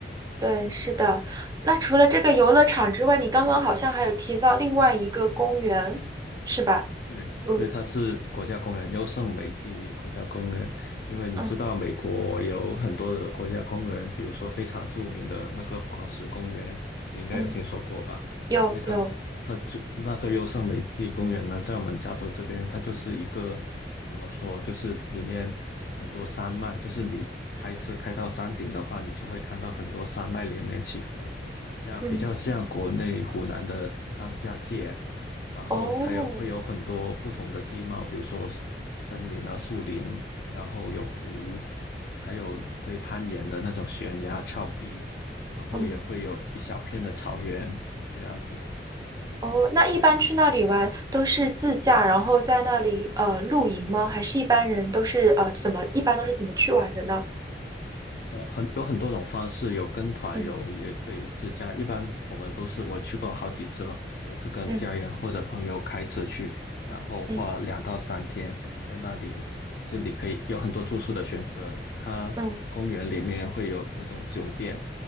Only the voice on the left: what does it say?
对，
对，它是国家公园，优胜美地国家公园。因为你知道，
美国有很多的国家公园，比如说非常著名的那个黄石公园，你应该有听说过吧？
对，它是，它就那个优胜美地公园呢，在我们加州这边，它就是一个怎么说，就是里面很多山脉，就是你开车开到山顶的话，你就会看到很多山脉连绵起伏，像比较像国内湖南的。
别然后它有会有很多不同的地貌，
比如说 s- 森林啊、树林，然后有湖，还有可以攀岩的那种悬崖峭壁，然后也会有一小片的草原这样子。
呃，很有很多种方式，有跟团游，
也可以自驾。一般我们都是我去过好几次了，我都是跟家人或者朋友开车去，
然后花两到三天在那里，
就你可以有很多住宿的选择。它公园里面会有那种酒店，